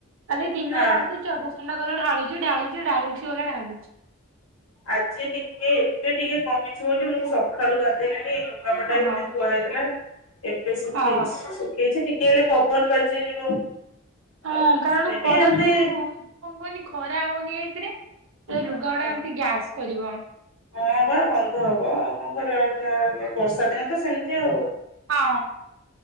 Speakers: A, on the right (about 60°); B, on the left (about 70°).
A: କାଲିଦିନ
B: ନା
A: ରାତି ଚବିଶ ଘଣ୍ଟା କଲେ ଢାଳୁଛି ଢାଳୁଛି ଢାଳୁଛି ଗଲା ଢାଳୁଛି।
B: ଆଜି ଟିକେ ଏବେ ଟିକେ କମିଛି ବୋଲି ମୁଁ ସକାଳୁ ଗାଧେଇଲିଣି ଲୁଗାପଟା
A: ହଁ
B: ଏମିତି ଥୁଆ ହେଇଥିଲା ଏବେ ଶୁଖେଇଛି
A: ହଁ
B: ଶୁଖେଇଛି ଟି କେ ହେଲେ ପବନ ବାଜି ବାଜିଯିବ।
A: ହଁ
B: ଆଉ
A: କାରଣ
B: ସେ
A: ଖରା
B: ବି ଏମିତି
A: ଯୋଉ କଣ କୁହନି ଖରା ହଉନି ଏକରେ
B: ହଁ
A: ଲୁଗାଗୁଡା ଏମିତି ଗ୍ୟାସ କରିବ।
B: ହଁ ବା ଗନ୍ଧ ହବ ଆଉ କଣ କରିବା ଆଉ ଯାହାହେଲେ ବର୍ଷା ଦିନ ତ ସେମିତି ଆଉ।
A: ହଁ।